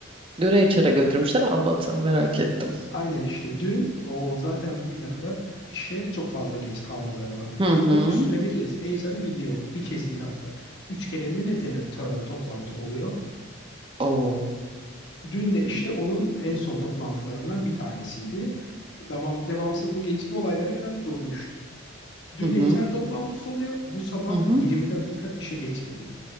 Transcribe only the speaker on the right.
dün HR'a götürmüşler. Anlatsam merak ettim.
Hı hı.
Oo.
Hı hı.
Hı hı.